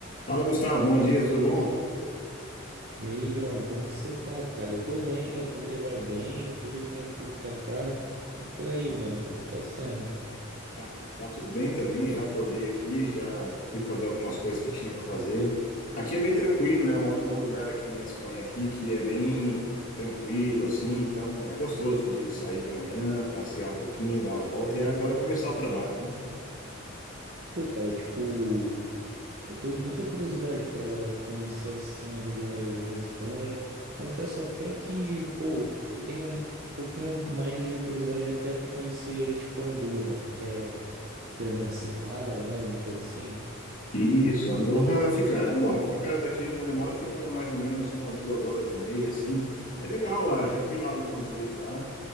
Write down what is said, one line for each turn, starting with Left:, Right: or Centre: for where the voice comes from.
Left: Fala, Gustavo. Bom dia, tudo bom?
Right: E aí, Igão, como que você tá, cara? Eu tô bem, a família vai bem, tudo tranquilo pra cá. E por aí, mano, como que tá sendo?
Left: Ah, tá tudo bem também. Já acordei aqui, já fui fazer algumas coisas que tinha que fazer. Aqui é bem tranquilo, né? Eu moro num lugar aqui na Espanha aqui que é bem tranquilo, assim. Então é gostoso de sair de manhã, passear um pouquinho, dar uma volta e é agora começar o trabalho, né?
Right: Pô, cara, tipo, eu tenho muita curiosidade pra conhecer, assim, a região da, da Espanha. Confesso até que, pô, eu tenho um um pouquinho mais de curiosidade até pra conhecer, tipo, Andorra, que é... foi emancipada, né, alguma coisa assim.
Left: Isso, Andorra fica, bom, fica daqui onde eu moro, fica mais ou menos umas duas horas e meia, assim. É legal lá. Já fui lá algumas vezes lá.